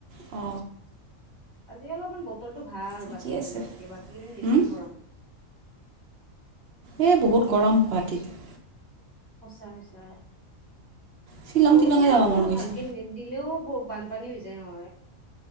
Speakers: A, on the right (about 60°); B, on the right (about 15°).
A: অ।
B: আজি অলপমান বতৰটো ভাল
A: ঠিকে
B: বাকী কেইদিনতকে
A: আছে
B: বাকী কেইদিন বেছিয়ে
A: হুম
B: গৰম।
A: এ বহুত গৰম গুৱাহাটীত।
B: সঁচা সচা
A: শ্বিলং
B: বৰষুণ
A: তিলঙে যাব
B: যাকো
A: মন
B: কিবা
A: গৈছে
B: ভালকে নি দিলেও বান- পানী হৈ যায় নহয়।